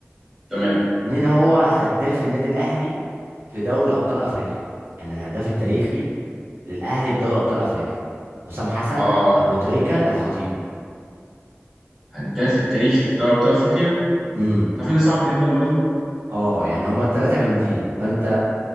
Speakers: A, in the centre; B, on the right.
A: تمام
B: مين هو هداف النادي الاهلي في دوري ابطال افريقيا يعني الهداف التاريخي للاهلي في دوري ابطال افريقيا حسام حسن
A: اه
B: ابو تريكه الخطيب
A: هداف التاريخي في دوري ابطال افريقيا
B: امم
A: تعرف ان ده صعب جدا برضه
B: اه يعني هما الثلاثه جامدين فانت